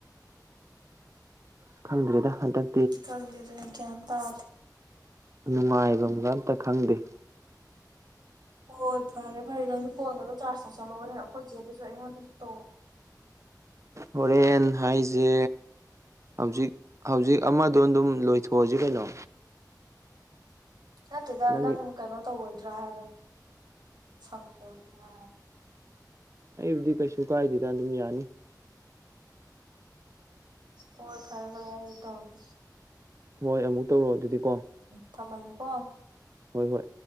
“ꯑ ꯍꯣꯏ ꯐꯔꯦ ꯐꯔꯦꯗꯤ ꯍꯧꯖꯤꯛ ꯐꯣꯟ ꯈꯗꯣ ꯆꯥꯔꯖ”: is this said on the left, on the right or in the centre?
Right